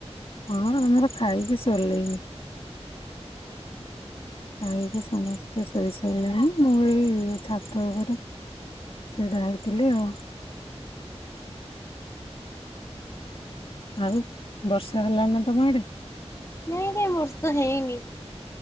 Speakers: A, on the left; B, on the left.
A: ହଁ ଆମର ଖାଇକି ଶୋଇଲୁଣି।। ଖାଇକି ସମସ୍ତେ ଶୋଇ ସାରିଲେଣି ମୁଁ ଏଇ ଛାତ ଉପରେ ସେଇଟା ହେଇଥିଲେ ଆଉ। ଆଉ ବର୍ଷା ହେଲାନା ତମ ଆଡେ।
B: ନାଇଁ ନାଇଁ ବର୍ଷା ହେଇନି।